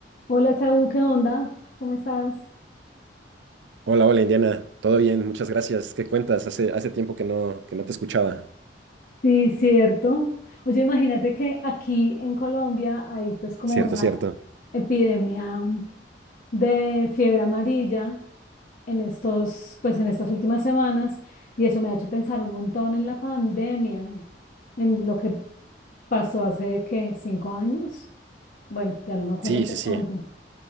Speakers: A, on the left; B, on the right.
A: Hola, Saúl, ¿qué onda? ¿Cómo estás?
B: Hola, hola Indiana, todo bien, muchas gracias. ¿Qué cuentas? Hace, hace tiempo que no, que no te escuchaba.
A: Sí, cierto. Oye, imagínate que aquí en Colombia hay pues como
B: Cierto,
A: una
B: cierto.
A: epidemia de fiebre amarilla en estos, pues en estas últimas semanas y eso me ha hecho pensar un montón en la pandemia, en lo que pasó hace, ¿qué? ¿Cinco años? Bueno, ya no me acuerdo
B: Sí,
A: por
B: sí,
A: cuánto.
B: sí.